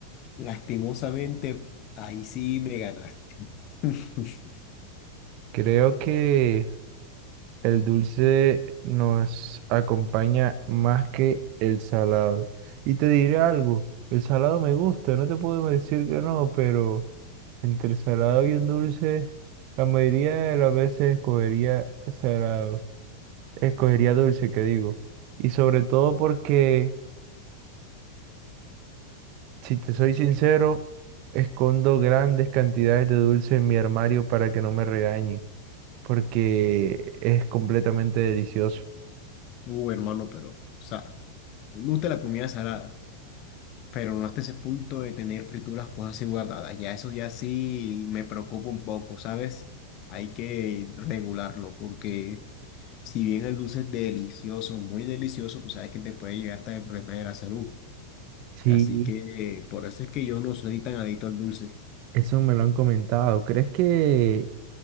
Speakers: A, on the left (about 40°); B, on the right (about 45°).
A: Lastimosamente, ahí sí me ganaste. <laughs>
B: Creo que... El dulce nos acompaña más que el salado. Y te diré algo, el salado me gusta, no te puedo decir que no, pero entre el salado y un dulce, la mayoría de las veces escogería salado, escogería dulce, que digo. Y sobre todo porque, si te soy sincero, escondo grandes cantidades de dulce en mi armario para que no me regañen, porque es completamente delicioso.
A: Uh, hermano, pero, o sea, me gusta la comida salada, pero no hasta ese punto de tener frituras cosas así guardadas. Ya eso ya sí me preocupa un poco, ¿sabes? Hay que regularlo porque si bien el dulce es delicioso, muy delicioso, tú sabes que te puede llegar hasta el problema de la salud.
B: Sí,
A: Así que eh, por eso es que yo no soy tan adicto al dulce.
B: Eso me lo han comentado. ¿Crees que